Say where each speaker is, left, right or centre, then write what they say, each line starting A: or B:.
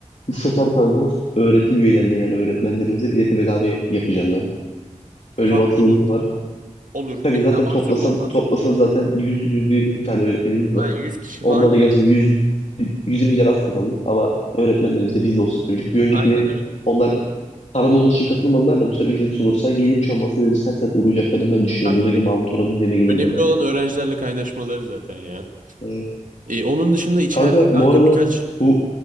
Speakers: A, on the left; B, on the right.
A: bu sefer kanka öğretim üyelerine yani öğretmenlerimize bileti bedava yapacağım ben. Öyle
B: Kanka
A: bir atılımım
B: olur
A: var.
B: olur
A: Kanka
B: bir ya
A: zaten
B: mahsuru
A: toplasan
B: olmaz.
A: toplasan zaten 100-120 tane öğretmenimiz var.
B: Aynen 100 kişi
A: Onlara
B: falan geliyor.
A: da gelsin 100 120 lira az kazanalım ama öğretmenlerimiz de bizde olsun istiyorum. Çünkü bir öncekine
B: Aynen
A: onlar paralı olduğu için katılmadılar da bu sefer ücretsiz olursa gelip hiç olmazsa bir sen saat uğrayacaklarını ben düşünüyorum.
B: evet.
A: Özellikle Mahmut Orhan'ın dinlerine gelirler
B: Önemli
A: yani.
B: olan öğrencilerle kaynaşmaları zaten ya.
A: Evet.
B: E, onun dışında içeride
A: Kanka
B: kanka
A: bu arada
B: birkaç...
A: bu